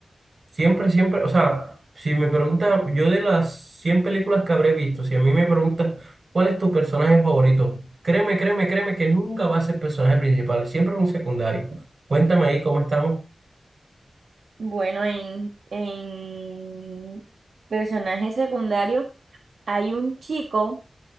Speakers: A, on the right (about 55°); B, on the right (about 85°).
A: siempre, siempre, o sea, si me preguntas, yo de las 100 películas que habré visto, si a mí me preguntas, ¿cuál es tu personaje favorito? Créeme, créeme, créeme que nunca va a ser personaje principal, siempre es un secundario. Cuéntame ahí cómo estamos.
B: Bueno, en, en personaje secundario hay un chico